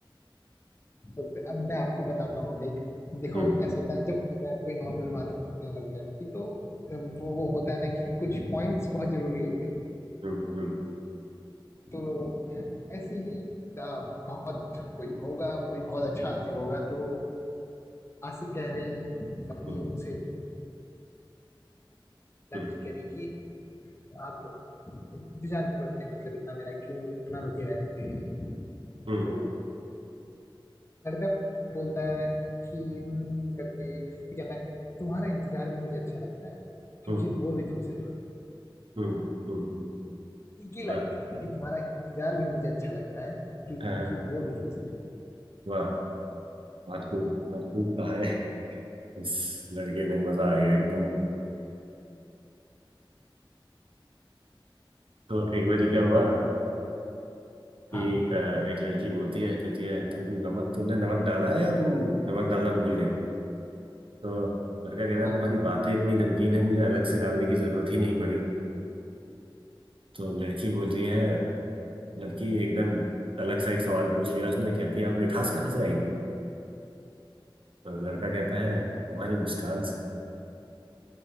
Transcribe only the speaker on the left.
तो अब मैं आपको बताता हूँ देख देखो
ऐसा होता है ना, जब कोई नॉर्मल बात करते हैं लड़का लड़की तो वो वो होता है ना कि कुछ पॉइंट्स बहुत जरूरी होते हैं
तो ऐसे ही आ, बहुत कोई होगा कोई बहुत अच्छा आशिक होगा तो आशिक कह रहे हैं अपनी
उनसे लड़की
करी कि आप इंतजार क्यों करते हैं मतलब इतना मेरा क्यों इतना रुके रहते हैं
तो लड़का बोलता है कि "हम्म," करके तो कहता है तुम्हारा इंतजार भी मुझे अच्छा लगता है क्योंकि
वो भी तुमसे जुड़े
ये लाइन
कहता है कि तुम्हारा इंतजार भी मुझे अच्छा लगता है क्योंकि
वो भी तुमसे जुड़े
हाँ
हाँ